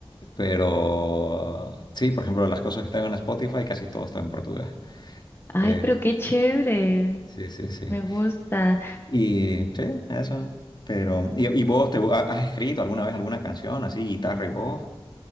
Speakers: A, on the left (about 50°); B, on the left (about 25°).
A: Pero sí, por ejemplo, las cosas que tengo en Spotify casi todo está en portugués.
B: Ay,
A: Eh,
B: pero qué chévere.
A: sí, sí, sí.
B: Me gusta.
A: Y sí, eso. Pero, ¿y, y vos te ha- has escrito alguna vez alguna canción así, guitarra y voz?